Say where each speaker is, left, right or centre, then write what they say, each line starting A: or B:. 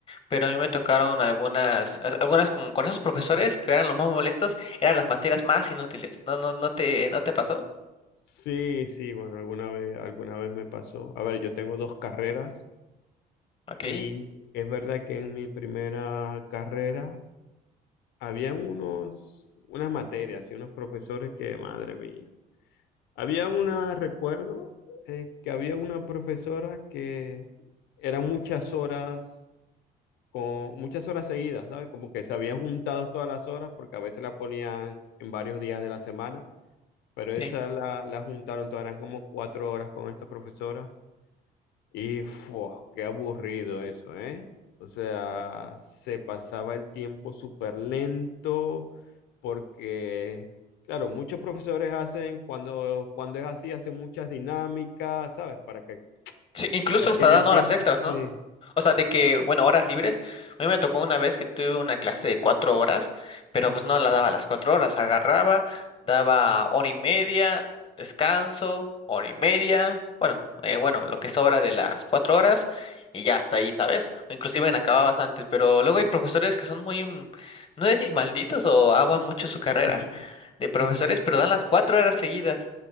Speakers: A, on the left; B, on the left.
A: pero a mí me tocaron algunas, as- algunas como con esos profesores que eran los más molestos, eran las materias más inútiles. No, no, no te, no te pasó.
B: Sí, sí, bueno, alguna vez, alguna vez me pasó. A ver, yo tengo dos carreras
A: Ok,
B: y es verdad que en mi primera carrera había unos, unas materias y unos profesores que, madre mía. Había una, recuerdo, eh, que había una profesora que eran muchas horas, con muchas horas seguidas, ¿sabes? Como que se habían juntado todas las horas porque a veces la ponían en varios días de la semana. Pero esa
A: sí.
B: la, la juntaron, todas eran como cuatro horas con esta profesora. Y fua, qué aburrido eso, ¿eh? O sea, se pasaba el tiempo súper lento porque, claro, muchos profesores hacen, cuando, cuando es así, hacen muchas dinámicas, ¿sabes? Para que,
A: Sí, incluso
B: para que
A: hasta
B: el
A: dan horas
B: tiempo...
A: extras,
B: Sí.
A: ¿no? O sea, de que, bueno, horas libres. A mí me tocó una vez que tuve una clase de cuatro horas, pero pues no la daba las cuatro horas. Agarraba, daba hora y media, descanso, hora y media. Bueno, eh, bueno, lo que sobra de las cuatro horas y ya hasta ahí, ¿sabes? O inclusive en acababas antes, pero luego hay profesores que son muy, mm, no sé si malditos o aman mucho su carrera
B: <laughs>
A: de profesores, pero dan las cuatro horas seguidas.